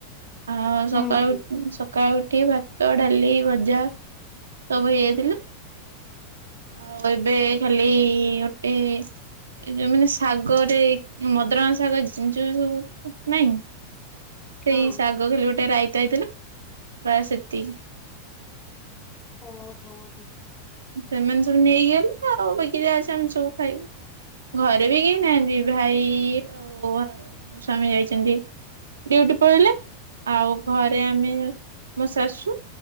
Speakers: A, on the right (about 70°); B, on the left (about 20°).
A: ହଁ ସକାଳ
B: ହୁଁ ହୁଁ।
A: ଉଠିନି ସକା ସକାଳୁଉଠିକି ଭାତ ଡାଲି ଭଜା ସବୁ ହେଇଯାଇଥିଲା। ଆଉ ଏବେ ଖାଲି ଗୋଟେ ଏ ଯୋଉ ମାନେ ଶାଗରେ ମଦରଙ୍ଗା ସାଗ ଜିନିଷୁ ସବୁ ନାଇଁ? ସେଇ
B: ହଁ
A: ଶାଗ ଖାଲି ଗୋଟେ ରାଇତା ହେଇଥିଲା ବାସ୍ ସେତିକି।
B: ଓ ହୋ ହଁ।
A: ସେମାନେ ସବୁ ନେଇକି ଗଲେ ଆଉ ବିକି ଯାହା ଅଛି ଆମେ ସବୁ ଖାଇବୁ। ଘରେ ବି କେହି ନାହାନ୍ତି ଭାଇ ଆଉ ମୋ ସ୍ଵମୀ ଯାଇଛନ୍ତି। ଡ୍ୟୁଟି ପଳେଇଲେ ଆଉ ଘରେ ଆମେ ମୋ ଶାଶୁ